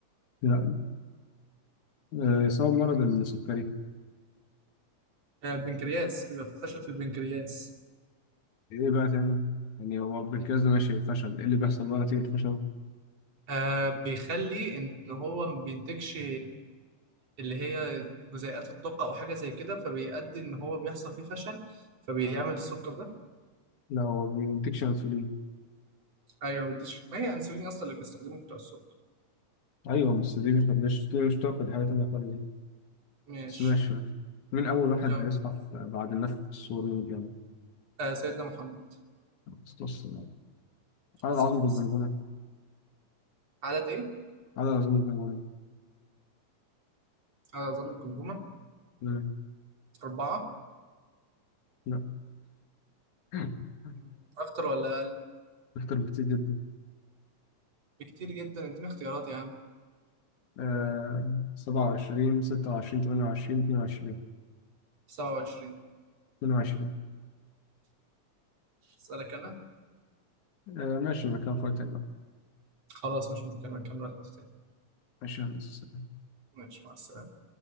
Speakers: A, on the left; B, on the right.
A: لا آه، سبب مرض
B: مم.
A: السكري
B: آه البنكرياس بيبقى في فشل في البنكرياس
A: إيه بقى تاني يعني هو بالكاس ده ماشي فشل إيه اللي بيحصل بقى نتيجة الفشل
B: آه بيخلي ان هو ما بينتجش اللي هي جزيئات الطاقة أو حاجة زي كده فبيؤدي إن هو بيحصل فيه فشل فبيعمل السكر ده
A: لا هو بينتجش أنسولين
B: أيوه ما بديش ما هي أنسولين أصلا اللي بنستخدمه بتاع السكر
A: أيوه بس دي مش مش مش طاقة دي حاجة تانية خالص
B: ماشي
A: بس ماشي ماشي. مين أول واحد
B: كمل
A: هيصحى في- بعد النفخ الصوري يعني؟
B: آه سيدنا محمد
A: أسطس
B: عليه
A: عدد
B: الصلاة
A: عظمة
B: والسلام.
A: الجمجمة
B: عدد إيه؟
A: عدد عظمة الجمجمة
B: عدد عظام الجمجمة
A: مم.
B: أربعة
A: لا <laughs>
B: مم، أكتر ولا أقل؟
A: أكتر بكتير جدا
B: بكتير جدا إديني اختيارات يا عم
A: آه... سبعة وعشرين ستة وعشرين تمانية وعشرين اتنين وعشرين
B: سبعة وعشرين
A: اتنين وعشرين
B: أسألك أنا
A: آه ماشي مكان فوق تاني بقى.
B: خلاص مش مشكلة نكمل وقت تاني
A: ماشي يا هندسة
B: ماشي مع السلامة